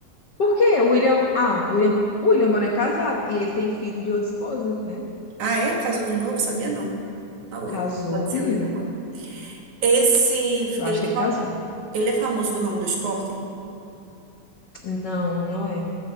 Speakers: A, on the left; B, on the right.
A: Por quê? O William. Ah, o William, o William Bonner é casado. E ele tem filho de outra esposa, né?
B: Ah, é? Casou de novo? Sabia não. Tá bom.
A: Casou
B: então. Pode
A: a
B: ser
A: menina.
B: William Bonner. Esse,
A: Eu
B: ele,
A: acho que ele casou.
B: ele é famoso do ramo do esporte?
A: Não, não é.